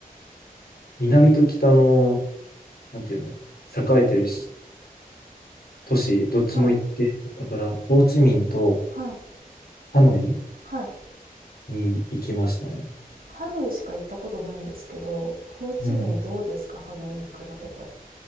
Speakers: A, on the left; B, on the right.
A: 南と北の、なんていうの、栄えてるし都市、どっちも行って、
B: はい
A: だから、ホーチミンと
B: はい
A: ハノイ
B: はい
A: に行きましたね。
B: ハノイしか行ったことないんですけどホーチミンどうですかハノイに比べて
A: うん。